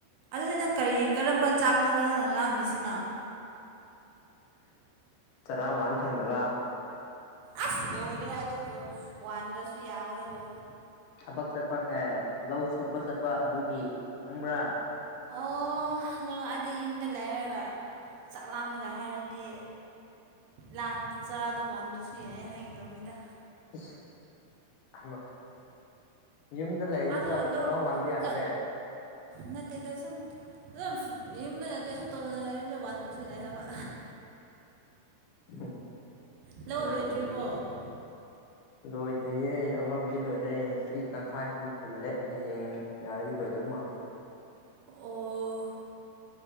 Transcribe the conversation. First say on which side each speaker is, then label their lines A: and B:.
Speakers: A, on the right; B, on the left.
A: ꯑꯗꯨꯗꯤ ꯅꯪ ꯀꯔꯤ ꯀꯔꯝꯕ ꯆꯥꯛꯅꯣꯕ ꯅꯪꯅ ꯂꯥꯝꯃꯤꯁꯤꯅ
B: ꯆꯔꯥ ꯋꯥꯟ ꯐꯪꯗꯕ
A: ꯑꯁ ꯂꯣꯏꯔꯦꯍꯦ ꯑꯗꯨꯕꯨ ꯋꯥꯟꯗ꯭ꯔꯁꯨ ꯌꯥꯕꯗꯨꯕꯨ
B: ꯊꯕꯛ ꯆꯠꯄꯁꯦ ꯂꯧ ꯁꯨꯕ ꯆꯠꯄ ꯑꯗꯨꯒꯤ ꯈꯪꯕ꯭ꯔꯥ
A: ꯑꯣ ꯅꯧꯑꯗꯤ ꯌꯨꯝꯗ ꯂꯩꯔꯒ ꯆꯥꯛ ꯂꯥꯝꯃꯦꯒ ꯍꯥꯏꯔꯗꯤ ꯂꯥꯟ ꯆꯗꯣ ꯋꯥꯟꯗ꯭ꯔꯁꯨ ꯌꯥꯌꯦ ꯍꯥꯏꯒꯦ ꯇꯧꯝꯅꯤꯗ
B: ꯏꯁ ꯍꯩꯃꯥ ꯌꯨꯝꯗ ꯂꯩꯥꯔꯗꯤ
A: ꯑꯗꯣ
B: ꯆꯥꯔ
A: ꯂꯧ
B: ꯆꯥꯔꯥ ꯋꯥꯟꯕ ꯌꯥꯗ꯭ꯔꯦ
A: ꯂꯧ ꯅꯠꯇꯦꯗ ꯁꯨꯝ ꯑꯗꯨꯝ ꯐꯨ ꯌꯨꯝꯗꯒ ꯀꯩꯁꯨ ꯇꯧꯗꯅ ꯂꯩꯔꯗꯤ ꯋꯥꯟꯗ꯭ꯔꯁꯨ ꯌꯥꯏ ꯍꯥꯏꯕ
B: ꯍꯨꯝ
A: ꯂꯧ
B: ꯅꯪꯒꯤꯁꯤꯗꯤ
A: ꯂꯣꯏꯗ꯭ꯔꯤꯕꯣ
B: ꯂꯣꯏꯗ꯭ꯔꯤꯌꯦ ꯑꯃꯥꯕꯨꯗꯤ ꯂꯣꯏꯔꯦ ꯉꯁꯤ ꯇꯪꯈꯥꯏ ꯑꯃꯨꯛ ꯍꯜꯂꯦ ꯍꯌꯦꯡ ꯌꯥꯔꯗꯤ ꯂꯣꯏꯗꯧ ꯃꯥꯜꯂꯦ
A: ꯑꯣ